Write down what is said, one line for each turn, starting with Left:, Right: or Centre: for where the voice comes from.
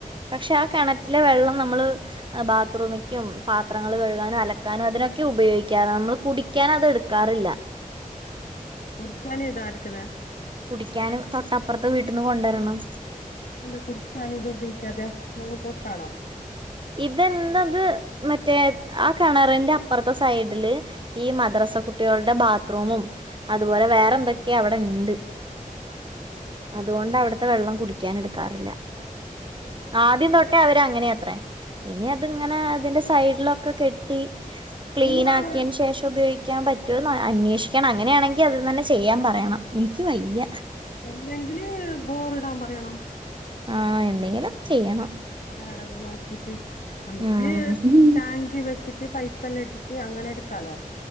Right: പക്ഷെ ആ കിണറ്റിലെ വെള്ളം നമ്മള് ബാത്റൂമക്കും പാത്രങ്ങൾ കഴുകാനും അലക്കാനും അതിനൊക്കെ ഉപയോഗിക്കാൻ നമ്മള് കുടിക്കാൻ അത് എടുക്കാറില്ല
Left: ആ കുടികാൻ ഏതാ എടുക്കണേ
Right: കുടിക്കാനും തൊട്ടപ്പുറത്തെ വീട്ടിന്ന് കൊണ്ടുവരണം
Left: അത് എന്താ കുടിക്കാന് ഇത് ഉപയോഗിക്കാതെ നോവ് പൊട്ടാണോ
Right: ഇതെന്താത് മറ്റേ ആ കിണറിന്റെ അപ്പുറത്തെ സൈഡില് ഈ മദ്രസ കുട്ടികളു ബാത്റൂമും അതുപോലെ വേറെ എന്തൊക്കെയ അവിടെ ഉണ്ട്
Left: അതുകൊണ്ടാ
Right: അതുകൊണ്ട് അവിടുത്തെ വെള്ളം കുടിക്ക <unintelligible> എടുക്കാറില്ല
Left: ഉം അങ്ങനെ
Right: ആദ്യം തൊട്ടേ അവര് അങ്ങനെ ഇനി അതിങ്ങനെ അതിന്റെ സൈഡിലൊക്കെ കെട്ടി ക്ലീൻ
Left: പിന്നെ
Right: ആക്കിയതിന് ശേഷം ഉപയോഗിക്ക പിക്കാൻ പറ്റുമോന്ന് അന്വേഷിക്കണം അങ്ങനെയാണെങ്കിൽ അത് തന്നെ ചെയ്യാൻ പറയണം എനിക്ക് വയ്യ
Left: ഇല്ലെങ്കില് ബോറിടാൻ പറയണം
Right: ആഹ എന്തെങ്കിലും ചെയ്യണം
Left: വേറെടങ്ങ് നോക്കിട്ട്അന്നിട്ട്
Right: ഉം
Left: ടാങ്ക് വെച്ചിട്ട് പൈപ്പ ഉപ്പല്ലാം ഇട്ടിട്ട് അങ്ങനെ എടുക്കാലോ